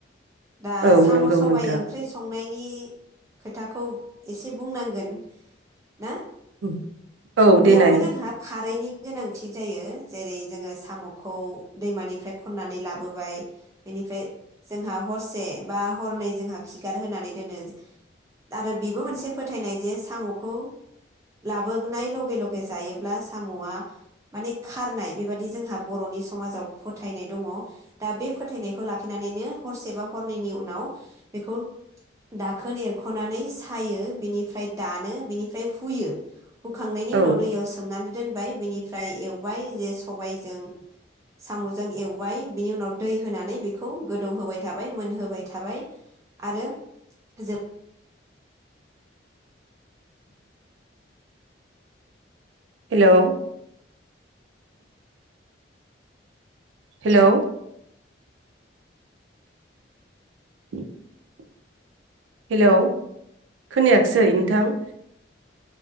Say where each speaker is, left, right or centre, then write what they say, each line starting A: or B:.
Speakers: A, on the right; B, on the right.
A: दा
B: ओ औ
A: साम'
B: नंगौ
A: सबाइ
B: नोंथां
A: ओंख्रि संनाय नि खोथाखौ एसे बुंनांगोन ना?
B: उम औ
A: बेयावबो
B: देनाय
A: जोंहा खारैनि गोनांथि जायो। जेरै जोङो साम'खौ दैमानि फ्राय खननानै लाबोबाय। बेनिफ्राय जोंहा हरसे बा हरनै जोंहा खिगार होनानै दोनो आरो बेबो मोनसे फोथायनाय जे साम'खौ लाबोनाय लगे लगे जायोब्ला साम'आ माने खारनाय बेबादि जोंहा बर'नि समाजाव फोथायनाय दङ'। दा बे फोथायनायखौ लाखिनानैनो हरसेबा हरनैनि उनाव बेखौ दाखोन एरख'नानै सायो बिनिफ्राय दानो बिनिफ्राय हुयो। हुखांनायनि
B: औ
A: उनाव दैयाव सोमना दोनबाय बिनिफ्राय एवबाय। जे सबाइजों साम'जों एवबाय बिनि उनाव दै होनानै बेखौ गोदौहोबाय थाबाय मोनहोबाय थाबाय आरो जे
B: हेलौ हेलौ <inaudible> हेलौ खोनायाखिसै नोंथां?